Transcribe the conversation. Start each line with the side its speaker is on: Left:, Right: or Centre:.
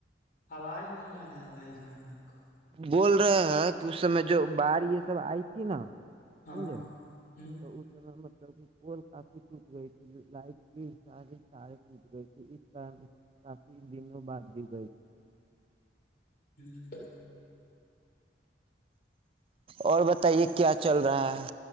Left: آواز نہیں آ <unintelligible>
Right: بول رہے ہیں کہ اس سمے جو بڑ یہ سب آئی تھی نا
Left: ہاں
Right: سمجھے
Left: ہوں
Right: تو ا م مطلب کہ پول کافی ٹوٹ گئی تھی لائٹ کی ساری سارے ٹوٹ گئی تھی اس کافی دنوں باندھی گئی
Left: ہ
Right: اور بتائیے کیا چل رہا ہے